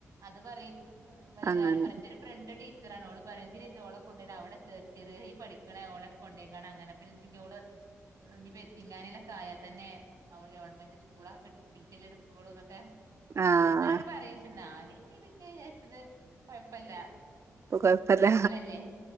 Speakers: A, on the right; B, on the right.
A: അത് പറയും അപ്പൊ പിന്നെ
B: അങ്ങനെ
A: എല്ലാരും പറയും, എന്റെ ഒരു ഫ്രണ്ട് ണ്ടി ഓള് പറയും എന്തിനാനോളെ കൊണ്ട അവിടെ ചേർത്തിയത് ഈ പഠിക്കണ ഓളെ കൊണ്ടോയ്ക്ക അങ്ങനെ പിന്നെ ഓള് ഇനിയിപ്പോ ഇങ്ങാനയിലൊക്കെ ആയാൽ തന്നെ അവള് ഗവൺമെന്റ് സ്കൂളൊക്കെ ഡീറ്റെയിൽ എടുക്കളൂ എന്നൊക്കെ
B: ആഹ്
A: അങ്ങനെ അവിടെ പറയിച്ചന്നാ ഞാൻ ഇങ്ങനെ വിചാരിച്ചത് കുഴപ്പില്ല,
B: ഇപ്പൊ കൊഴപ്പല്ല
A: അപ്പളല്ലേ